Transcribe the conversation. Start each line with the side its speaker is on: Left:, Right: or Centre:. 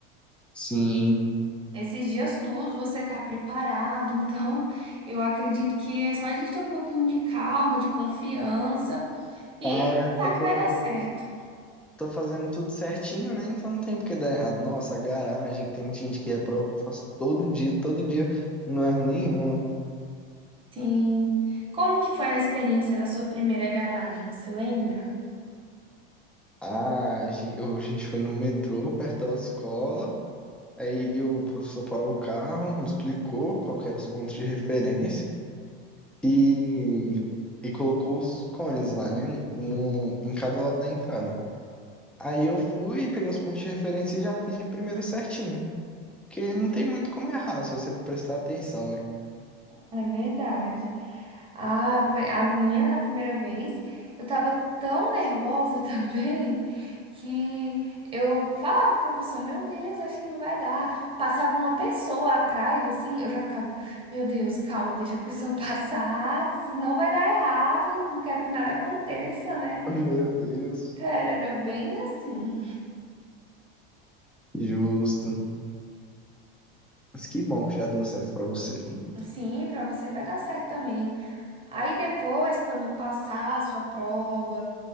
Centre: Sim.
Right: Esses dias todos você tá preparado, então eu acredito que é só a gente ter um pouquinho de calma, de confiança e
Centre: Ah,
Right: pensar
Centre: eu
Right: que
Centre: tô,
Right: vai dar certo.
Centre: tô fazendo tudo certinho, né? Então não tem por que dar errado. Nossa, a garagem, que tem muita gente que reprova, eu faço todo dia, todo dia, não erro nenhum.
Right: Sim. Como que foi a experiência da sua primeira garagem, você lembra?
Centre: Ah, a gen- eu- a gente foi no metrô, perto da escola, aí o professor parou o carro, me explicou qual que eram os pontos de referência e, e colocou os cones lá, né? No, em cada lado da entrada. Aí eu fui, peguei os pontos de referência e já fiz de primeiro certinho. Porque não tem muito como errar se você prestar atenção, né?
Right: É verdade. Ah, po- a minha na primeira vez, eu tava tão nervosa <laughs> também que eu falava pro professor, meu Deus, acho que não vai dar. Passava uma pessoa atrás, assim, eu já ficava, meu Deus, calma, deixa a pessoa <laughs> passar, não vai dar errado, não quero que nada aconteça, né?
Centre: Meu Deus.
Right: Cara, era bem assim.
Centre: Justo. Mas que bom que já deu certo pra você.
Right: Sim, pra você vai dar certo também. Aí depois, quando passar a sua prova